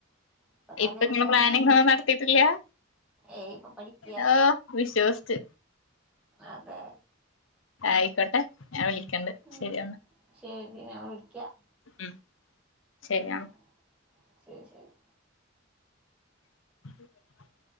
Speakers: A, in the centre; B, on the left.
A: ഇപ്പൊ നിലവില്
B: ഇപ്പോ പ്ലാനിങ്
A: അങ്ങനൊന്നുമില്ല
B: ഒന്നും നടന്നിട്ടില്ല
A: ഏയ് ഇപ്പൊ പഠിക്ക
B: ലോ വിശ്വസിച്ച്
A: അതെ
B: ആയിക്കോട്ടെ ഞാൻ വിളിക്കണ്ട്
A: ഉം
B: ശരി എന്ന
A: ശരി ഞാൻ വിളിക്കാം
B: ഉം ശരിയെന്നാ
A: ഉം ശരി ശരി
B: <unintelligible>